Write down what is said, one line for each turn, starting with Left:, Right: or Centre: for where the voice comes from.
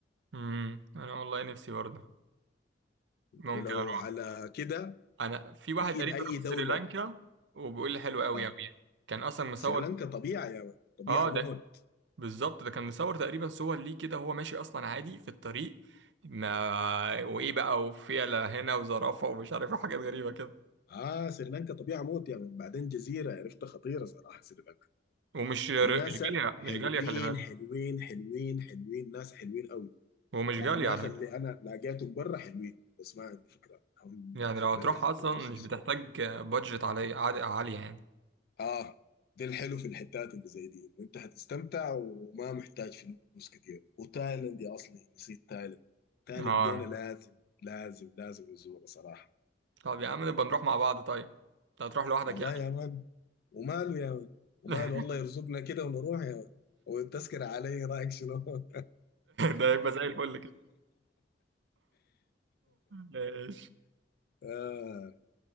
Right: أمم. انا والله نفسي برضه ممكن
Left: ولو
Right: اروح
Left: على كده
Right: انا في واحد
Left: أكيد
Right: قريب
Left: أي
Right: راح
Left: دولة
Right: سريلانكا وبيقول لي حلو قوي
Left: آه
Right: قوي يعني كان اصلا مصور
Left: سريلانكا طبيعة يا من. طبيعة
Right: اه
Left: موت
Right: ده بالظبط ده كان مصور تقريبا صور ليه كده وهو ماشي اصلا عادي في الطريق ما وايه بقى وفيلة هنا وزرافة ومش عارف إيه، حاجات غريبة كده
Left: آه سريلانكا طبيعة موت يا من. بعدين جزيرة عرفتها خطيرة صراحة سريلانكا
Right: ومش ر-
Left: وناسا
Right: مش غالية
Left: حلوين
Right: مش غالية خلي بالك
Left: حلوين حلوين حلوين ناس حلوين قوي
Right: ومش
Left: يعني
Right: غالية
Left: الناس
Right: على
Left: اللي
Right: فكرة
Left: انا لقيتهم برا حلوين بس ما عندي فكره هم
Right: يعني
Left: في
Right: لو
Left: البلد
Right: هتروح
Left: حيكونوا
Right: اصلا
Left: نفس
Right: مش
Left: الشيء
Right: بتحتاج
Left: ده
Right: بادجت عالية عال- عالية يعني
Left: اه ده الحلو في الحتات اللي زي دي انه انت حتستمتع وما محتاج فلوس كتير وتايلاند يا اصلي نسيت تايلاند تايلاند
Right: اه
Left: دي انا لازم لازم لازم ازورها صراحه
Right: طب يا عم نبقى نروح مع بعض طيب انت هتروح لوحدك
Left: والله
Right: يعني
Left: يا مان وماله يا مان وماله
Right: <laughs>
Left: والله يرزقنا كده ونروح يا مان والتذكرة علي رايك شنو؟ <laughs>
Right: ده يبقى زي الفل كده ماشي
Left: آه.